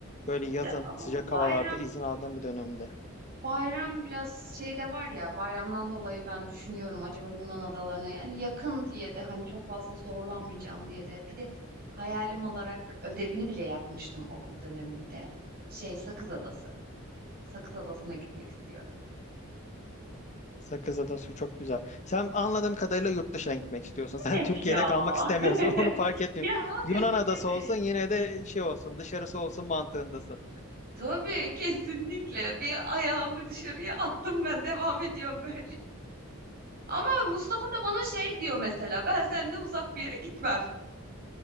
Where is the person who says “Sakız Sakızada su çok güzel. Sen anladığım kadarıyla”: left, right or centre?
Left